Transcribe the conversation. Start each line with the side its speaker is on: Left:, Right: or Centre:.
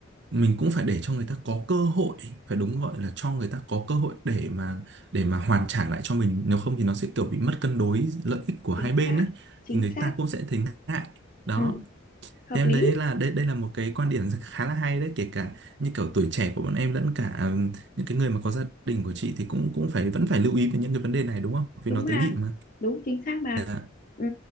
Right: mình cũng phải để cho người ta có cơ hội, phải đúng gọi là cho người ta có cơ hội để mà để mà hoàn trả lại cho mình, nếu không thì nó sẽ kiểu bị mất cân đối lợi ích của
Left: chính
Right: hai bên
Left: xác
Right: ấy
Left: chính
Right: thì người
Left: xác
Right: ta cũng sẽ thấy ngại. Đó.
Left: ừ, hợp
Right: Thế em
Left: lý
Right: thấy là đây đây là một cái quan điểm khá là hay đấy, kể cả như kiểu tuổi trẻ của bọn em lẫn cả ừm, những cái người mà có gia đình của chị thì cũng cũng phải vẫn phải lưu ý về những cái vấn đề này đúng không? Vì
Left: đúng
Right: nó tế
Left: mà
Right: nhị mà.
Left: đúng chính xác mà
Right: Dạ,
Left: ừ.